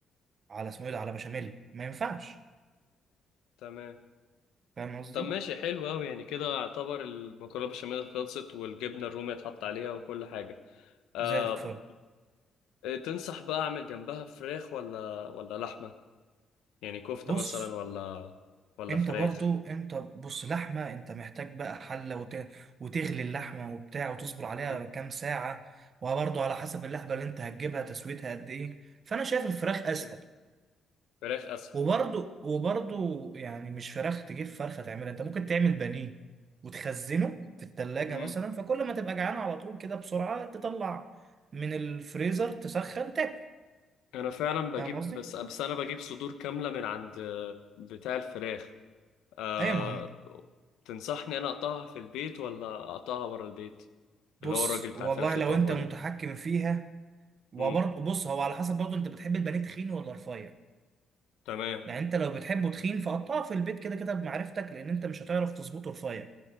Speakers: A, on the right (about 45°); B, on the left (about 85°).
A: على اسمه ايه ده على بشاميل ما ينفعش
B: تمام
A: فاهم قصدي
B: طب ماشي حلو قوي يعني كده اعتبر المكرونه بشاميل خلصت والجبنه الرومي اتحط عليها وكل حاجه آه
A: زي الفل
B: تنصح بقى اعمل جنبها فراخ ولا ولا لحمه يعني كفتة
A: بص
B: مثلا ولا ولا
A: انت
B: فراخ
A: برضو انت بص لحمه انت محتاج بقى حله وت... وتغلي اللحمه وبتاع وتصبر عليها
B: امم
A: كام ساعه وبرضو على حسب اللحمه اللي انت هتجيبها تسويتها قد ايه فانا شايف الفراخ اسهل
B: اوكي فراخ اسهل
A: وبرضو وبرضو يعني مش فراخ تجيب فرخة تعملها انت ممكن تعمل بانيه وتخزنه في التلاجة
B: امم
A: مثلا فكل ما تبقى جعان على طول كده بسرعة تطلع من الفريزر تسخن تاكل
B: انا فعلا بجيب
A: فاهم قصدي؟
B: بس بس انا بجيب صدور كاملة من عند بتاع الفراخ أه...
A: ايوه ما هم-
B: تنصحني انا اقطعها في البيت ولا اقطعها بره البيت
A: بص
B: اللي هو الراجل بتاع
A: والله
B: الفراخ
A: لو
B: يقطعها
A: انت متحكم
B: لي
A: فيها وبرضه
B: امم
A: بص هو على حسب برضه انت بتحب البانيه تخين ولا رفيع
B: تمام
A: يعني انت لو بتحبه تخين فقطعه في البيت كده كده بمعرفتك لان انت مش هتعرف تظبطه رفيع